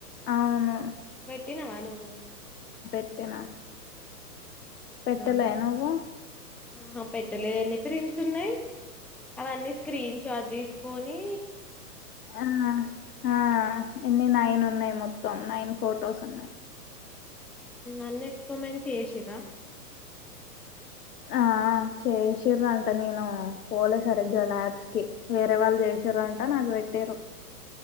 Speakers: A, on the left; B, in the centre.
A: అవును
B: పెట్టినవా నువ్వు
A: తేనా
B: అవునా
A: పెట్టలే నువ్వు
B: ఆహా పెట్టలేదు ఎన్ని ప్రింట్స్ ఉన్నాయి అవన్నీ స్క్రీన్ షాట్ తీసుకోని
A: ఆ ఆ ఇన్ని నైనున్నాయి యి మొత్తం నైన్ ఫోటోస్ ఉన్నాయి
B: అన్నీ ఎక్స్పర్మింట్ చేషీరా
A: ఆ చేసిర అంట నేను పోలే సరిగ్గా లాబ్స్ కీ వేరే వాళ్ళు చేసారంట నాకు పెట్టిర్రు